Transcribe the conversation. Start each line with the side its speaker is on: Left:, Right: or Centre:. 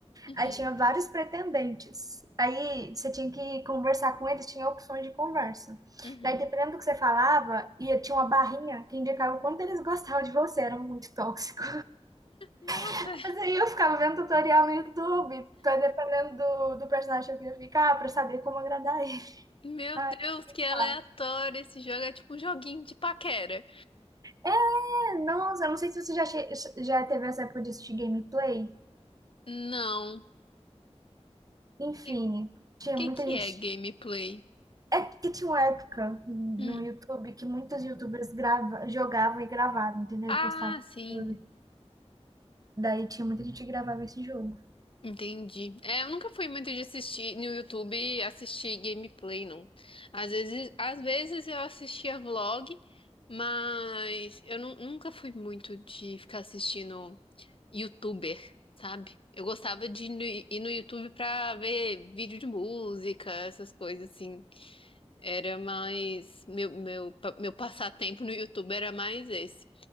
Left: Uhum.
Right: Aí tinha vários pretendentes. Aí você tinha que conversar com eles, tinha opções de conversa.
Left: Uhum.
Right: Daí, dependendo do que você falava, ia, tinha uma barrinha que indicava o quanto eles gostavam de você, era muito tóxico.
Left: Nossa,
Right: <laughs> Mas aí eu ficava vendo tutorial no YouTube, pra- dependendo do, do personagem que eu queria ficar, pra saber como agradar ele.
Left: Meu
Right: <laughs> Ai,
Left: Deus,
Right: que
Left: que aleatório.
Right: fácil.
Left: Esse jogo é tipo um joguinho de paquera.
Right: É, nossa, eu não sei se você já, che- já teve essa época de assistir gameplay.
Left: Não.
Right: Enfim,
Left: Que
Right: tinha
Left: que,
Right: muita
Left: que
Right: gente
Left: é gameplay?
Right: É que tinha uma época no
Left: Hum.
Right: YouTube que muitas YouTubers grava, jogavam e gravavam, entendeu?
Left: Ah,
Right: E postavam
Left: sim.
Right: no YouTube. Daí tinha muita gente que gravava esse jogo.
Left: Entendi. É, eu nunca fui muito de assistir no YouTube assistir gameplay, não. Às vezes, às vezes eu assistia vlog, mas eu nu- nunca fui muito de ficar assistindo YouTuber, sabe? Eu gostava de ir no ir no YouTube pra ver vídeo de música, essas coisas assim. Era mais. Meu, meu, pa- meu passatempo no YouTube era mais esse.